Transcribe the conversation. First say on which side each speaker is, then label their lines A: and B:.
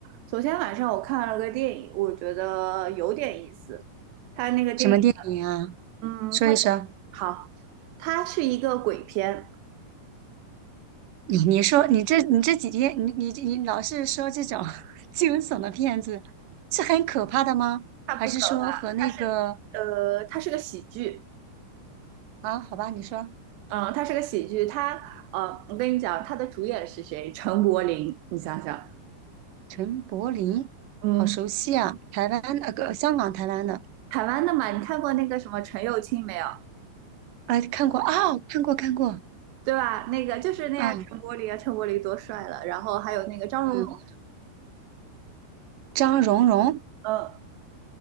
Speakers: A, on the right (about 80°); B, on the right (about 60°).
A: 昨天晚上我看了个电影，我觉得有点意思。他那个电影，
B: 什么电影啊？
A: 嗯，
B: 说一说。
A: 他好，他是一个鬼片，
B: 你你说你这你这几天你你你老是说这种 <laughs> 惊悚的片子，是很可怕的吗？
A: 他不可怕，
B: 还是说和那个
A: 他是呃，他是个喜剧，
B: 啊？好吧，你说
A: 嗯，他是个喜剧。他，呃，我跟你讲，他的主演是谁？陈柏霖，你想想，
B: 陈柏霖，
A: 嗯，
B: 好熟悉啊，台湾那个、呃香港台湾的，
A: 台湾的嘛，你看过那个什么陈又青没有？
B: 啊，看过啊、看过看过
A: 对吧？那个就是那样，
B: 啊，
A: 陈柏霖啊，陈柏霖多帅了。然后还有那个张荣荣，
B: 嗯，张蓉蓉
A: 嗯